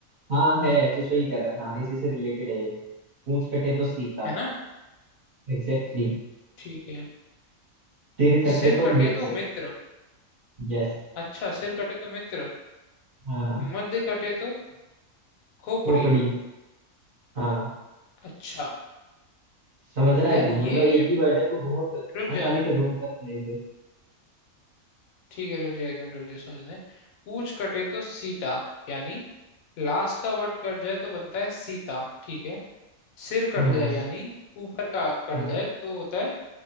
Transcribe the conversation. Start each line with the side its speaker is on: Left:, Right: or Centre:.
Right: हाँ है तो सही कह रहा है हाँ इसी से रिलेटेड है ये पूंछ कटे तो सीता
Left: है ना
Right: Exactly exactly.
Left: ठीक है
Right: तीर कटे
Left: सिर
Right: तो
Left: कटे
Right: मित्र
Left: तो मित्र
Right: यस
Left: अच्छा सिर कटे तो मित्र
Right: हाँ
Left: मध्य कटे तो खोपड़ी
Right: पोपड़ी हाँ
Left: अच्छा
Right: समझ रहा
Left: यार
Right: है तू
Left: ये
Right: मतलब एक ही वर्ड है तू बहुत
Left: रुक
Right: आसानी
Left: जा
Right: से ढूंढ सकता है इसे
Left: ठीक है रुक जा एक मिनट रुक जा सोचने पूछ कटे तो सीता यानी लास्ट का वर्ड कट जाए तो बनता है सीता ठीक है सिर कट
Right: हाँ
Left: जाए यानी ऊपर का कट
Right: हाँ
Left: जाए तो होता है